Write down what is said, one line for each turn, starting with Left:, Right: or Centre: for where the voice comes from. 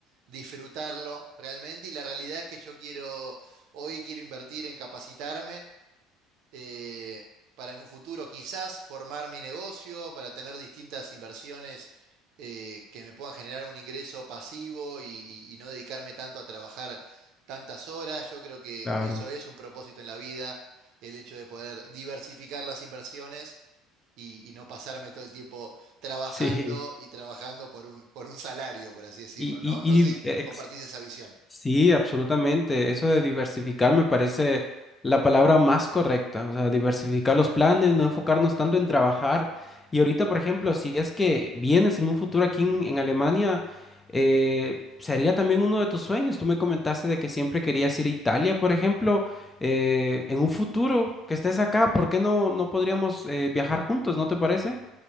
Right: disfrutarlo realmente y la realidad es que yo quiero, hoy quiero invertir en capacitarme eh, para en un futuro quizás formar mi negocio, para tener distintas inversiones eh, que me puedan generar un ingreso pasivo y, y- y no dedicarme tanto a trabajar tantas horas. Yo creo que
Left: claro.
Right: eso es un propósito en la vida, el hecho de poder diversificar las inversiones y, y no pasarme todo el tiempo trabajando
Left: <laughs> Sí.
Right: y trabajando por un, por un salario, por así decirlo,
Left: Y,
Right: ¿no?
Left: y, y
Right: No sé
Left: di-
Right: si te-
Left: ex-
Right: compartís esa visión.
Left: sí, absolutamente. Eso de diversificar me parece la palabra más correcta. O sea, diversificar los planes, no enfocarnos tanto en trabajar. Y ahorita, por ejemplo, si es que vienes en un futuro aquí en, en Alemania, eh, sería también uno de tus sueños. Tú me comentaste de que siempre querías ir a Italia, por ejemplo. Eh, en un futuro que estés acá, ¿por qué no, no podríamos eh, viajar juntos? ¿No te parece?